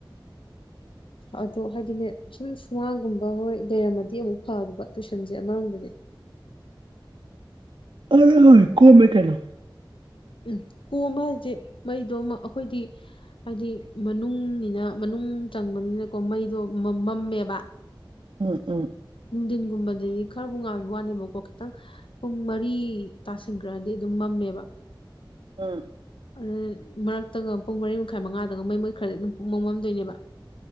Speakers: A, on the left (about 85°); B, on the right (about 75°).
A: ꯑꯗꯣ ꯍꯥꯏꯗꯤꯅꯦ ꯁꯨꯝ ꯁꯨꯡꯃꯒꯨꯝꯕ ꯍꯣꯏ ꯂꯩꯔꯝꯃꯗꯤ ꯑꯃꯨꯛ ꯐꯗꯕ ꯇꯨꯏꯁꯟꯁꯦ ꯑꯃꯔꯣꯝꯗꯗꯤ
B: ꯑꯣꯏ ꯍꯣꯏ ꯀꯣꯃꯦꯃꯦ ꯀꯩꯅꯣ
A: ꯎꯝ ꯀꯣꯝꯕ ꯍꯥꯏꯁꯦ ꯃꯩꯗꯣ ꯑꯃ ꯑꯩꯈꯣꯏꯗꯤ ꯍꯥꯏꯗꯤ ꯃꯅꯨꯡꯅꯤꯅ ꯃꯅꯨꯡ ꯆꯪꯕꯅꯤꯅꯀꯣ ꯃꯩꯗꯣ ꯃꯝꯃꯦꯕ
B: ꯎꯝ ꯎꯝ
A: ꯅꯨꯡꯊꯤꯟꯒꯨꯝꯕꯗꯗꯤ ꯈꯔꯕꯨ ꯉꯥꯏꯕ ꯋꯥꯅꯦꯕꯀꯣ ꯈꯤꯇꯪ ꯄꯨꯡ ꯃꯔꯤ ꯇꯥꯁꯟꯈ꯭ꯔꯗꯤ ꯑꯗꯨꯝ ꯃꯝꯃꯦꯕ
B: ꯑꯝ
A: ꯑꯗꯨ ꯃꯔꯛꯇꯒ ꯄꯨꯡ ꯃꯔꯤ ꯃꯈꯥꯏ ꯃꯉꯥꯗꯒ ꯃꯩ ꯃꯨꯠꯈꯔꯗꯤ ꯑꯗꯨꯝ ꯄꯨꯡꯃꯝ ꯃꯝꯗꯣꯏꯅꯦꯕ